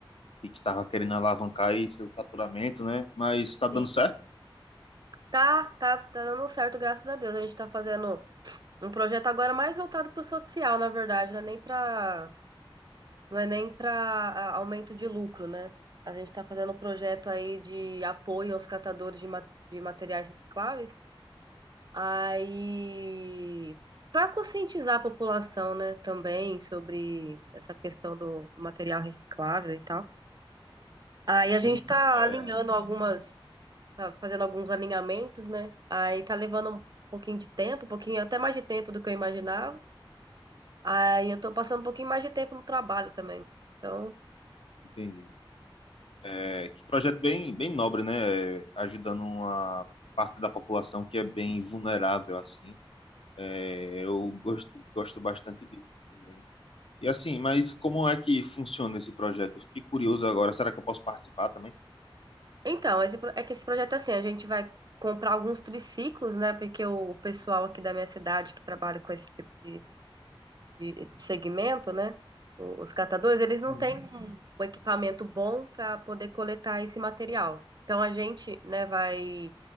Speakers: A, on the left (about 80°); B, on the right (about 50°).
A: e que tava querendo alavancar aí seu faturamento, né? Mas tá dando
B: Sim.
A: certo?
B: Tá, tá, tá dando certo, graças a Deus. A gente tá fazendo um projeto agora mais voltado pro social, na verdade, né? Nem pra Não é nem para aumento de lucro, né? A gente está fazendo um projeto aí de apoio aos catadores de, ma- de materiais recicláveis. Aí, para conscientizar a população, né, também sobre essa questão do, do material reciclável e tal. Aí
A: Sim,
B: a gente está
A: é,
B: alinhando algumas, tá fazendo alguns alinhamentos, né? Aí tá levando um pouquinho de tempo, um pouquinho até mais de tempo do que eu imaginava. Aí eu tô passando um pouquinho mais de tempo no trabalho também. Então,
A: entendi. É, que projeto bem, bem nobre, né? É, ajudando uma parte da população que é bem vulnerável, assim. É, eu gosto, gosto bastante disso. E assim, mas como é que funciona esse projeto? Eu fiquei curioso agora. Será que eu posso participar também?
B: Então, esse, pro- é que esse projeto é assim, a gente vai comprar alguns triciclos, né? Porque o pessoal aqui da minha cidade que trabalha com esse tipo de, de, de segmento, né? o- Os catadores, eles não
A: Hum,
B: têm um, um equipamento bom para poder coletar esse material. Então, a gente, né, vai